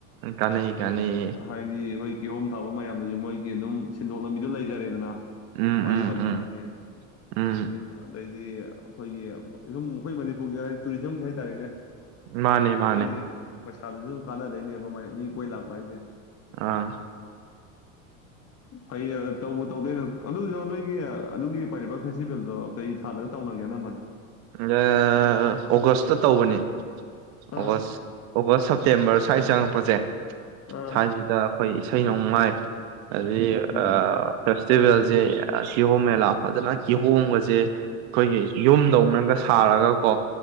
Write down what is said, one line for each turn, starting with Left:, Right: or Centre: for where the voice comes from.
Right: ꯀꯥꯟꯅꯩ ꯀꯥꯟꯅꯩ
Left: ꯍꯥꯏꯗꯤ ꯑꯩꯈꯣꯏ ꯀꯤꯍꯣꯝ ꯊꯥꯕ ꯃꯌꯥꯝꯗꯨꯁꯨ ꯃꯣꯏꯗꯤ ꯑꯗꯨꯝ ꯁꯤꯟꯊꯣꯛ ꯂꯝꯕꯤꯗꯨꯣ ꯂꯩꯖꯔꯦꯗꯅ
Right: ꯎꯝ
Left: ꯃꯩ
Right: ꯎꯝ
Left: ꯋꯥꯇꯥꯗꯤꯩꯗꯤ
Right: ꯎꯝ ꯎꯝ
Left: ꯑꯗꯩꯗꯤ ꯑꯩꯈꯣꯏꯒꯤ ꯁꯝ ꯑꯩꯈꯣꯏ ꯃꯅꯤꯄꯨꯔꯒꯤ ꯍꯥꯏꯗꯤ ꯇꯨꯔꯤꯖꯝꯒꯤ ꯍꯥꯏꯇꯥꯔꯦꯅꯦ
Right: ꯃꯥꯅꯦ
Left: ꯑꯩꯈꯣꯏꯒꯤ
Right: ꯃꯥꯅꯦ
Left: ꯄꯩꯁꯥꯗꯨꯁꯨ ꯑꯗꯨꯝ ꯀꯥꯟꯅꯗꯣꯏꯅꯦꯕꯥꯏ ꯃꯤ ꯀꯣꯏ ꯂꯥꯛꯄ ꯍꯥꯏꯁꯦ
Right: ꯑꯥ
Left: ꯐꯩꯌꯦ ꯇꯧꯕ ꯇꯧꯗꯣꯏ ꯑꯗꯨꯁꯨ ꯅꯣꯏꯒꯤ ꯑꯗꯨꯒꯤ ꯄꯥꯏꯔꯤꯕ ꯐꯦꯁꯇꯤꯚꯦꯜꯗꯣ ꯀꯩ ꯁꯥꯗꯒ ꯇꯧꯅꯒꯦꯅꯝꯕꯅ
Right: ꯑ ꯑꯣꯒꯁꯇ ꯇꯧꯕꯅꯦ <unintelligible> ꯑꯣꯕ
Left: ꯑꯥ
Right: ꯑꯣꯕ ꯁ ꯁꯦꯞꯇꯦꯝꯔ ꯁ꯭ꯋꯥꯏ ꯆꯪꯉꯄꯁꯦ
Left: ꯑꯥ
Right: ꯆꯥꯏꯁꯤꯗꯈꯣꯏ ꯏꯁꯩ ꯅꯣꯡꯃꯥꯏ ꯑꯗꯨꯗꯤ ꯑ ꯐꯁ
Left: ꯎꯝ
Right: ꯐꯦꯁꯇꯤꯚꯦꯜꯁꯦ ꯀꯤꯍꯣꯝ ꯃꯦꯂꯥ ꯐꯖꯅ ꯀꯤꯍꯣꯝꯕꯁꯦ ꯑꯩꯈꯣꯏꯒꯤ ꯌꯨꯝꯗꯧꯅ ꯒ ꯁꯥꯔꯒ ꯀꯣ